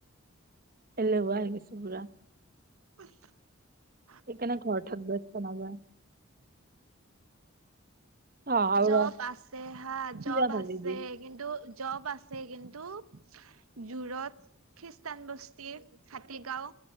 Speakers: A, on the right (about 45°); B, on the right (about 85°).
A: এলেহুৱা হৈ গৈছো পুৰা।
B: <unintelligible>
A: সেইকাৰণে ঘৰ থাকব ক'তৌ নাযায়। অ আৰু
B: জব
A: ৰ
B: আছে হা,
A: চিৰা
B: জব
A: ভাজি
B: আছে।
A: দি।
B: কিন্তু জব আছে কিন্তু, জো'ৰড, খ্ৰীষ্টানবস্তি, হাটীগাঁও,